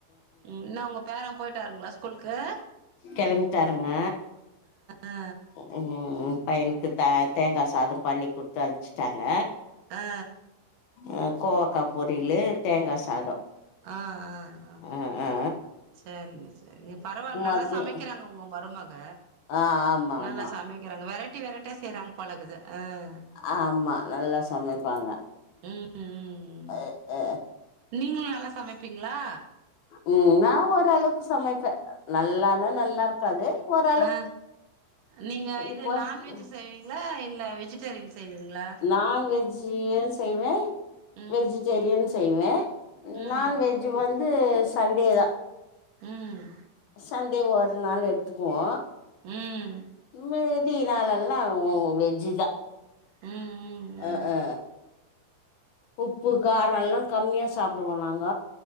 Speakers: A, on the right (about 55°); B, on the left (about 65°).
A: ம் என்ன உங்க பேர போயிட்டாருங்களா ஸ்கூலுக்கு
B: கெளம்பிட்டாருங்க
A: ஆ
B: ம் ம் பையனுக்கு த தேங்கா சாதோ பண்ணி குடுத்து அமிச்சுட்டாங்க
A: ஆ ஆ
B: அ கோவக்க பொரியிலு தேங்கா சாதோ
A: ஆ ஆ ஆ
B: அ அ
A: சரிங்க சரிங்க பரவாயில்ல நல்லா
B: மதியம்
A: சமைக்கிறாங்க உங்க மருமக
B: ஆ ஆமாம்
A: நல்லா
B: ஆமாம்
A: சமைக்கிறாங்க வெரட்டி வெரட்டியா செய்றாங்க பொழங்குது ம்
B: ஆம்மா நல்லா சமைப்பாங்க
A: ம் ம் ம்
B: அ அ
A: நீங்ளு நல்லா சமப்பீங்ளா
B: உ நா ஓரளக்கு சமைப்பே நல்லானா நல்லார் காது போது
A: ஆ நீங்க இது
B: இப்போ
A: நான்வெஜ்ஜு செய்வீங்ளா இல்ல வெஜிடேரியன் செய்வீங்ளா
B: நான் வெஜ்ஜீய செய்வே
A: ம்
B: வெஜிடேரியனு செய்வே
A: ம்
B: நால் வெஜ்ஜு வந்து சண்டே தா
A: ம்
B: சண்டே ஒர் நாள் எட்த்துக்குவோ
A: ம்
B: உம்மேதி நாளல்லா வெஜ்ஜிதா
A: ம் ம் ம்
B: அஅ உப்பு காரோ எல்லா கம்மியா சாப்டுவோ நாங்க